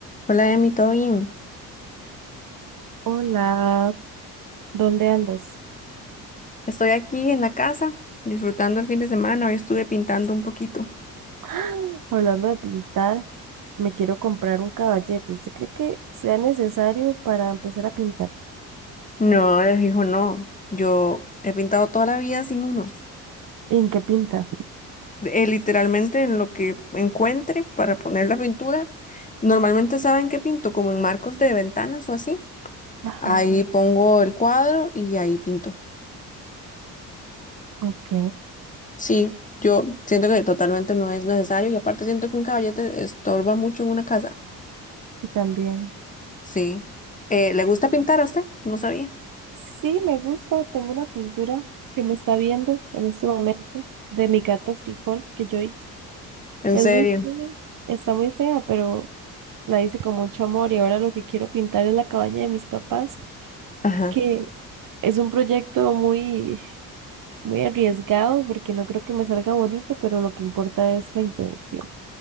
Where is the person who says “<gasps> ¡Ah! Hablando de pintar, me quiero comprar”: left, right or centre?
Right